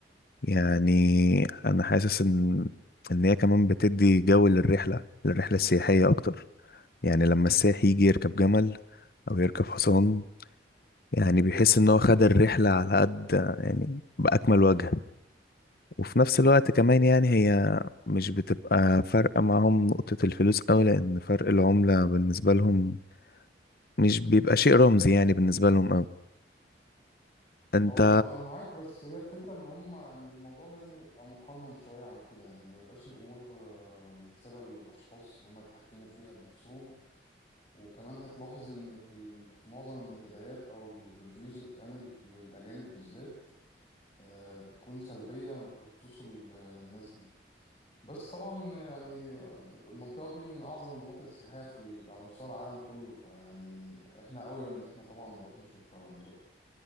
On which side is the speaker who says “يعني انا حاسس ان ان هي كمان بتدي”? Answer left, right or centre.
Left